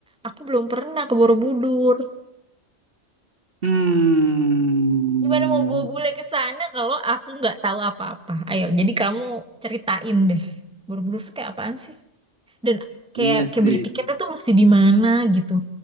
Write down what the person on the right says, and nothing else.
Hmm,
iya
sih.